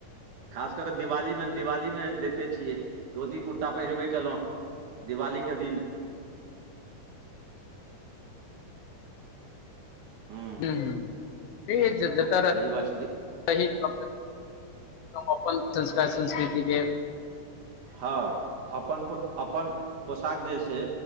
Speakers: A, on the right; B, on the left.
A: खास कऽ कऽ दिवालीमे दिवालीमे दैते छियै। धोती-कुर्ता पहिरबे केलहुँ। दिवालीके दिन। ह्मम।
B: ह्मम, ठीक छै जतय
A: सही
B: रह
A: बात छै दि
B: रही कमसँ कम हम अपन संस्कार संस्कृतिके
A: हँ, अपन पो अपन पोशाक जे छै